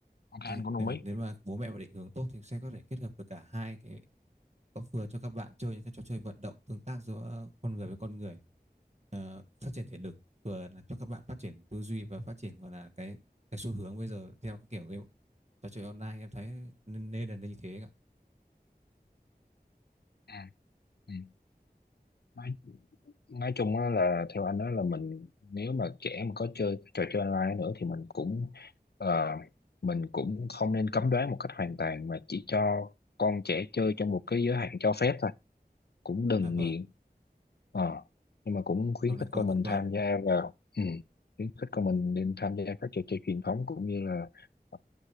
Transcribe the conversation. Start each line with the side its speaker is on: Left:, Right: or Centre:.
Left: ok anh
Right: Thì,
Left: cũng đồng
Right: ừ,
Left: ý
Right: nếu mà bố mẹ mà định hướng tốt thì sẽ có thể kết hợp được cả hai cái có vừa cho các bạn chơi những cái trò chơi vận động tương tác giữa con người với con người ờ, phát triển thể lực vừa là cho các bạn phát triển tư duy và phát triển gọi là cái cái xu hướng bây giờ theo cái kiểu cái trò chơi online em thấy nên, nên là như thế anh ạ
Left: ừ. Ừ. Nói, nói chung á là theo anh đó là mình nếu mà trẻ mà có chơi trò chơi online nữa thì mình cũng ờ, mình cũng không nên cấm đoán một cách hoàn toàn mà chỉ cho con trẻ chơi trong một cái giới hạn cho phép thôi cũng đừng
Right: là vâng
Left: nghiện Ờ, nhưng mà cũng khuyến
Right: không nên
Left: khích
Right: quá
Left: con mình
Right: cực đoan
Left: tham gia vào ừ, khuyến khích con mình nên tham gia các trò chơi truyền thống cũng như là ờ,